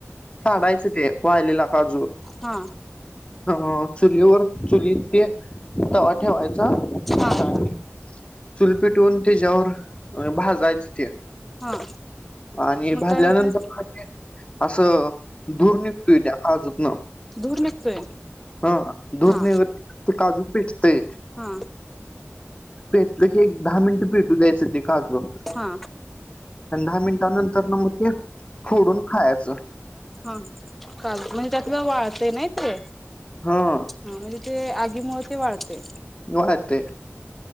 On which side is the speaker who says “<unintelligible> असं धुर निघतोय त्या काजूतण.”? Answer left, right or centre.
Left